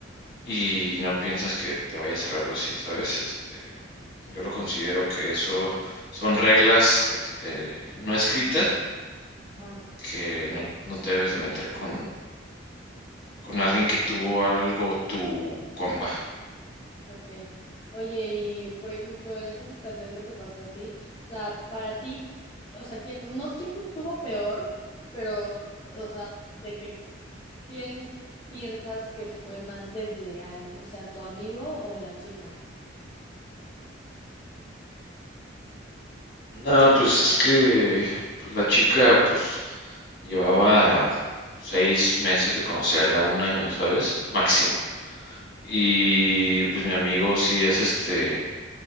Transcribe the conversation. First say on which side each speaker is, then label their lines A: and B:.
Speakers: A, on the left; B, on the left.
A: y no piensas que te vaya a hacer algo así, ¿sabes? Este, Yo lo considero que eso son reglas este, no escritas
B: ah
A: que no, no te debes de meter con, con alguien que tuvo algo tu compa.
B: Ok. Oye, y por ejemplo, en esa situación que te pasó a ti, o sea, para ti, o sea, ¿quién, no quién estuvo peor, pero, o sea, de que quién piensas que fue más desleal, o sea, tu amigo o la chica?
A: No, pues es que pues la chica pues llevaba seis meses de conocerla, un año, ¿sabes? Máximo. Y pues mi amigo sí es este,